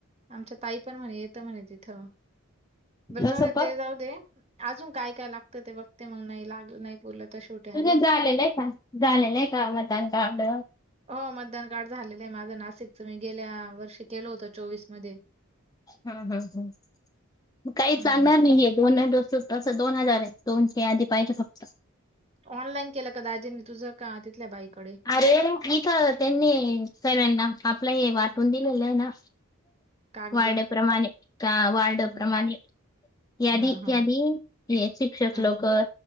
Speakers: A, on the right; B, on the left.
A: आमच्या ताई पण म्हणे येतं म्हणे तिथं
B: बुवा
A: बरं जाऊ
B: तसं
A: दे
B: पण
A: ते जाऊ दे अजून काय काय लागत ते बघते मग नाही लाग नाही पुरलं तर शेवटी आहेच.
B: तुझे झालेलं आहे का झालेलं आहे का मदान कार्ड
A: हो मतदान कार्ड झालेलं आहे माझं नाशिकच मी गेल्या वर्षी केल होतं चोवीस मध्ये
B: हम ह ह काही
A: हम्म.
B: चालणार नाही आहे दोनस तसं दोन हजार आहे दोनशे आधी पाहिजे फक्त
A: ऑनलाईन केलं का दाजींनी तुझं का तिथल्या बाईकडे
B: अरे इथं त्यांनी सगळ्यांना आपल हे वाटून दिलेल हाय ना
A: कागदं?
B: वॉर्डाप्रमाणे का वॉर्डाप्रमाणे
A: हं, हं.
B: यादी
A: हां, हां.
B: यादी शिक्षक
A: हां,
B: हे लोक